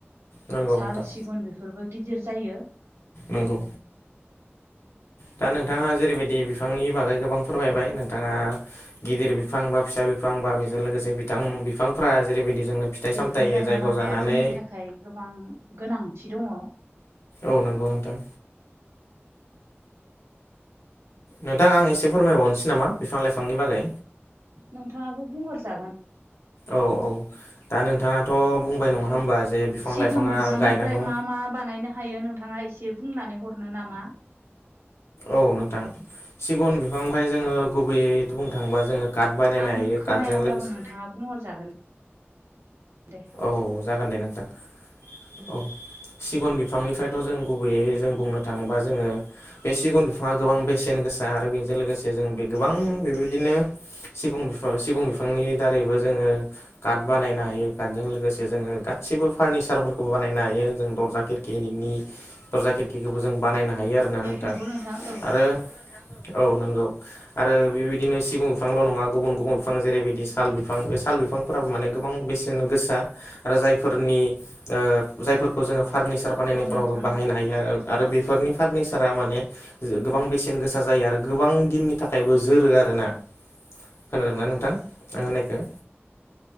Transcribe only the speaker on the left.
नंगौ
नोंथां
नंगौ दा नोंथाङा जेरैबायदि बिफांनि बागै गोबां गोबां फोरमायबाय
नों बिथाङा गिदिर बिफां बा फिसा बिफां बा बेजों लोगोसे बिथां बिफांफ्रा जेरैबायदि जोंनो फिथाइ
सामथाइ होयो
जायखौ
जानानै
औ नंगौ नोंथां नोंथां आं एसे फोरमायबावनोसै नामा बिफां लाइफांनि बागै
औ-औ दा नोंथाङाथ' बुंबाय नङा होमबा जे बिफां
लाइफाङा
गायनांगौ
औ नोंथां सिगुन बिफांनिफ्राय जोङो गुबैयै बुंनो थाङोबा जोङो काट बानायनो
हायो
काटजों लोगोसे
औ जागोन दे नोंथां औ सिगुन बिफांनिफ्रायथ' जों गुबैयै जों बुंनो थाङोबा जोङो बे सिगुन बिफाङा गोबां बेसेन गोसा आरो बेजों लोगोसे जों बे गोबां बेबायदिनो सिगुं बिफां सिगुं बिफांनि दारैबो जोङो कात बानायनो हायो कातजों लोगोसे जोङो गासिबो फार्निसारफोरखौबो बानायनो हायो जों दरजा खिरकि <unintelligible> दरजा खिरखिखौबो जों बानायनो हायो आरोना नोंथां
आरो औ नंगौ आरो बेबायदिनो सिगुन बिफांल' नङा गुबुन गुबुन बिफां जेरैबायदि साल बिफां बे साल बिफांफोराबो माने गोबां बेसे गोसा आरो जायफोरनि जायफोरखौ जों फारनिसार हासार बानायनायफ्राव
बाहायनो हायो आरो आरो बेफोरनि फार्निचारा माने गोबां बेसेन गोसा जायो आरो गोबां दिननि थाखायबो जोरो आरोना खोनादोंना नोंथां आं होननायखो